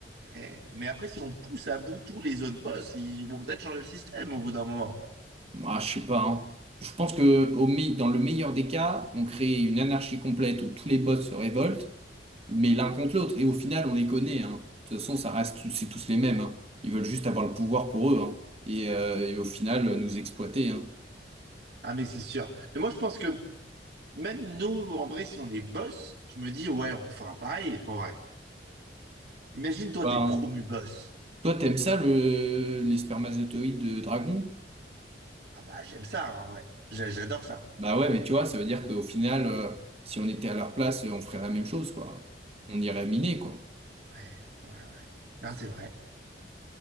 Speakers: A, on the right; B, on the right.
A: Eh, Mais après, si on pousse à bout tous les autres boss, ils vont peut-être changer le système au bout d'un moment.
B: Moi, je sais pas. hein. Je pense que au mi- dans le meilleur des cas, on crée une anarchie complète où tous les boss se révoltent, mais l'un contre l'autre. Et au final, on les connaît. hein. De toute façon, ça reste tous- c'est tous les mêmes. hein. Ils veulent juste avoir le pouvoir pour eux. hein. Et, euh, et au final, euh, nous exploiter. hein.
A: Ah, mais c'est sûr. Mais moi, je pense que même nous, en vrai, si on est boss, je me dis, ouais, on fera pareil, en vrai. Imagine, toi,
B: Ben,
A: t'es promu boss.
B: toi, t'aimes ça, le, les spermatozoïdes de dragon?
A: Ah bah, j'aime ça, hein, ouais. J'a- J'adore ça.
B: Bah ouais, mais tu vois, ça veut dire qu'au final, euh, si on était à leur place, euh, on ferait la même chose, quoi. On irait miner, quoi.
A: Ouais, ouais, ouais. Non, c'est vrai.